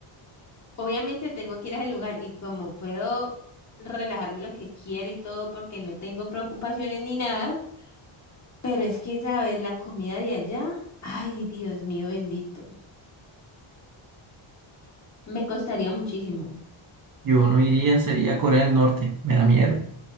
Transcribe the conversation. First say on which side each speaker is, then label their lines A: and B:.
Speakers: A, on the left; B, on the right.
A: Obviamente tengo que ir al lugar y como puedo relajarme lo que quiera y todo porque no tengo preocupaciones ni nada, pero es que, ¿sabes? La comida de allá, ay, Dios mío bendito, me costaría muchísimo.
B: <laughs> Yo no iría, sería a Corea del Norte, me da miedo.